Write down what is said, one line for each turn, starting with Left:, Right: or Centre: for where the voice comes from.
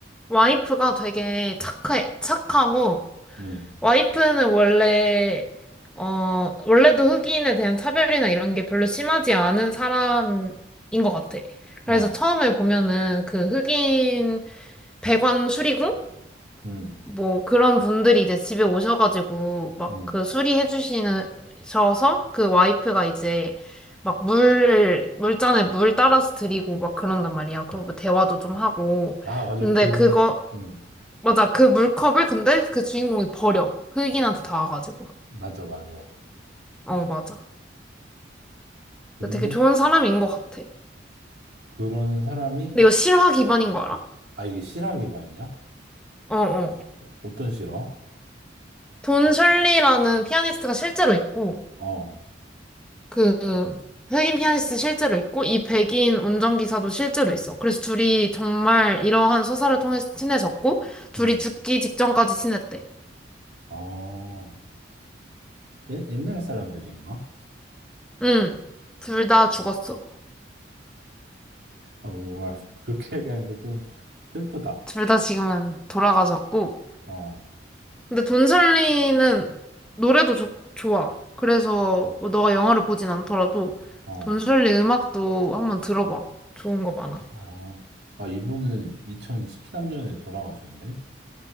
Centre: 와이프가 되게 착해, 착하고
Right: 응,
Centre: 와이프는 원래, 어, 원래도 흑인에 대한 차별이나 이런 게 별로 심하지 않은 사람인 것 같아. 그래서
Right: 어,
Centre: 처음에 보면은 그 흑인 배관 수리공?
Right: 응,
Centre: 뭐 그런 분들이 이제 집에 오셔가지고 막
Right: 응.
Centre: 그 수리해 주시는, 셔서 그 와이프가 이제 막 물, 물잔에 물 따라서 드리고 막 그런단 말이야. 그리고 뭐 대화도 좀 하고.
Right: 아, 맞아.
Centre: 근데
Right: 근데,
Centre: 그거,
Right: 응,
Centre: 맞아. 그 물컵을 근데 그 주인공이 버려. 흑인한테 닿아가지고.
Right: 맞아, 맞아.
Centre: 어, 맞아.
Right: 근데
Centre: 근데 되게 좋은 사람인 것 같아. 근데
Right: 그런 사람이,
Centre: 이거 실화 기반인 거 알아?
Right: 아, 이게 실화 기반이야?
Centre: 어, 어.
Right: 어떤 실화?
Centre: 돈 셜리라는 피아니스트가 실제로 있고,
Right: 어,
Centre: 그, 흑인 피아니스트 실제로 있고, 이 백인 운전기사도 실제로 있어. 그래서 둘이 정말 이러한 소사를 통해서 친해졌고, 둘이
Right: 응,
Centre: 죽기 직전까지 친했대.
Right: 어, 옛, 옛날 사람들인가?
Centre: 응. 둘 다 죽었어.
Right: 어, 뭔가 그렇게 <laughs> 얘기하니까 좀 슬프다.
Centre: 둘 다 지금은 돌아가셨고,
Right: 어,
Centre: 근데 돈설리는 노래도 좋- 좋아. 그래서 뭐 너가 영화를 보진 않더라도
Right: 어,
Centre: 돈설리 음악도 한번 들어봐. 좋은 거 많아.
Right: 어. 아, 이분은 2013년에 돌아가셨네?